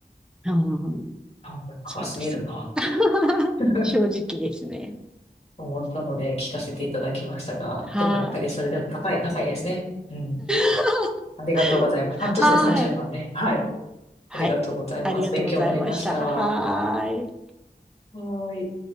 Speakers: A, in the centre; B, on the left.
A: うんうん
B: なんか高すぎるなって
A: そうです。<laughs>
B: <laughs>
A: 正直ですね。
B: 思ったので聞かせていただきましたが、
A: はい。
B: でもやっぱりそれでも高い、高いですね。うん。
A: <laughs>
B: ありがとうございます。半年で30万ね。
A: はい。
B: はい。
A: はい。
B: ありがとうございます。
A: ありがとうございました。
B: 勉強になりました。は
A: はい。
B: ーい。